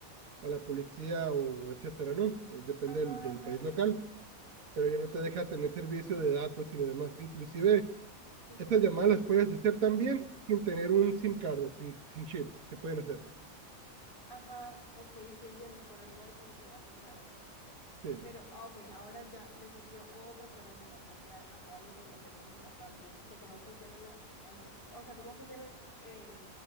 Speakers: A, on the right; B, on the left.
A: o a la policía o etcétera, ¿no? Eh, Depende
B: ajá,
A: del, del
B: ajá.
A: país local, pero ya no te deja tener servicio de datos y lo demás. Inclusive,
B: Qué interesante.
A: estas llamadas las puedes hacer también sin tener un SIM card, sin, sin chip, se pueden hacer.
B: Ajá, ok, sí entiendes, por algo de seguridad, o sea.
A: Sí.
B: Pero, ah, ok, ahora ya me surgió otra pregunta en base a, a toda la información que me estás dando de cómo funcionan las antenas, o sea, cómo funcionan em,